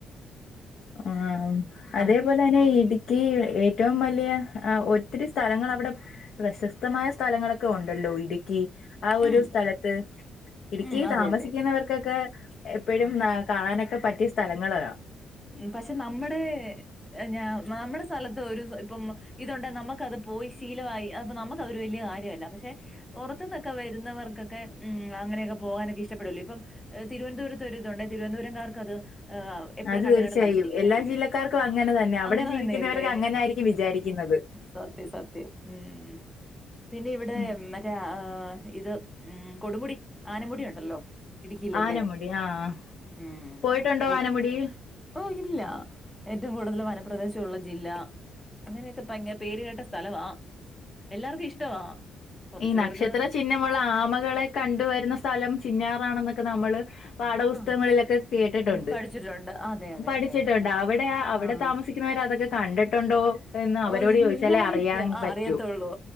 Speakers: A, on the left (about 50°); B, in the centre.
A: ആഹ്മ് അതേപോലെ
B: ആഹ്
A: അതന്നെ ഇടുക്കി ഏറ്റവും വലിയ ഒത്തിരി സ്ഥലങ്ങൾ അവിടെ പ്രശസ്തമായ സ്ഥലങ്ങളൊക്കെ ഉണ്ടല്ലോ ഇടുക്കി ആഹ് ഒരു
B: ഉം
A: സ്ഥലത്ത് ഇടുക്കി
B: ഉം അതെ
A: താമസിക്കുന്നവർക്കൊക്കെ
B: അതെ
A: എപ്പോഴും
B: ആഹ്
A: കാണാനൊക്കെ പറ്റിയ സ്ഥലങ്ങളാണ്.
B: ഉം പക്ഷെ നമ്മുടെ ഞാ നമ്മുടെ സ്ഥലത്ത് ഒരു ഇപ്പം ഇതുകൊണ്ട് നമുക്കത് പോയി ശീലമായി അപ്പ നമുക്ക് ഒരു വലിയ കാര്യമല്ല പക്ഷെ പൊറത്തുന്നൊക്കെ വരുന്നവർക്കൊക്കെ ഉം അങ്ങനെയൊക്കെ പോകാനൊക്കെ ഇഷ്ടപ്പെടല്ലോ ഇപ്പം തിരുവനന്തപുരത്ത് ഒരുരിതണ്ട് തിരുവനന്തപുരംകാർക്കത് എപ്പോഴും
A: അത്
B: കണ്ടുകണ്ട്
A: തീർച്ചയായും.
B: മടുത്തിരിക്കുന്നായിരിക്കും
A: എല്ലാ ജില്ലക്കാർക്കും അങ്ങനെ തന്നെ. അവിടെ
B: അങ്ങനെ
A: ജീവിക്കുന്നവർക്ക്
B: തന്നെയല്ലേ
A: അങ്ങനെ ആയിരിക്കും വിചാരിക്കുന്നത്.
B: സത്യ സത്യം ഉം ഉം. പിന്നെ ഇവിടെ
A: ഉം.
B: മറ്റേ ആഹ് ഇത് ഉം കൊടുമുടി ആനമുടി ഉണ്ടല്ലോ ഇടുക്കില്ലല്ലേ
A: ആനമുടി ആഹ്.
B: ഉം
A: പോയിട്ടുണ്ടോ
B: ഏറ്റ്
A: ആനമുടി?
B: ഓഹ് ഇല്ല ഏറ്റവും കൂടുതൽ വനപ്രദേശ ഉള്ള ജില്ല അങ്ങനെയൊക്കെ ഭയങ്കര പേര് കേട്ട സ്ഥലവാ എല്ലാർക്കും ഇഷ്ടവാ. കുറച്ചു
A: ഈ നക്ഷത്ര
B: പേർക്ക്
A: ചിഹ്നമുള്ള ആമകളെ കണ്ടുവരുന്ന സ്ഥലം ചിന്നാറാണെന്നൊക്കെ നമ്മള് പാഠപുസ്തകങ്ങളിലൊക്കെ
B: ആഹ്
A: കേട്ടിട്ടുണ്ട്
B: പഠിച്ചിട്ടുണ്ട് അതെ അതെ
A: പഠിച്ചിട്ടുണ്ട്
B: അതെ അതെ ആഹ്
A: അവിടെ അവിടെ
B: ആഹ്
A: താമസ ക്കുന്നവർ അതൊക്കെ കണ്ടിട്ടുണ്ടോ എന്ന്
B: ഓ
A: അവരോട്
B: ഇല്ലായിരിക്ക
A: ചോദിച്ചാലേ അറിയാൻ
B: ആ
A: പറ്റൂ.
B: അറിയത്തുള്ളൂ